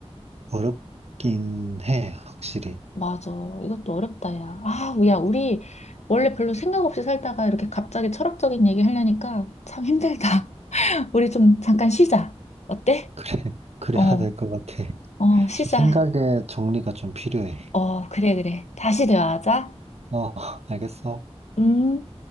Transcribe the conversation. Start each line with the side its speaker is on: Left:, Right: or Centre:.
Right: 어렵긴 해, 확실히.
Left: 맞아. 이것도 어렵다, 야. 아, 야, 우리 원래 별로 생각 없이 살다가 이렇게 갑자기 철학적인 얘기 하려니까 참 힘들다. <laughs> 우리 좀 잠깐 쉬자. 어때?
Right: 그래, <laughs> 그래야
Left: 어,
Right: 될 것 같아. <laughs>
Left: 어, 쉬자.
Right: 저 생각의 정리가 좀 필요해.
Left: 어, 그래, 그래. 다시 대화하자.
Right: 어, <laughs> 알겠어.
Left: 음.